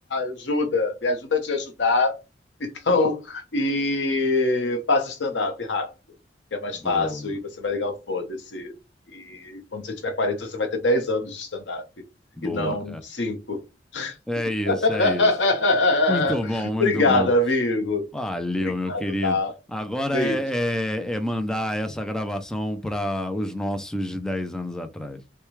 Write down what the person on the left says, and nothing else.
ajuda, me ajuda a te ajudar. Então, e faça stand-up rápido, que é mais
fácil e você vai ligar o foda-se. E quando você tiver 40, você vai ter 10 anos de stand-up
e não 5.
<laughs>
Obrigado,
amigo.
Obrigado,
tá?
Beijo.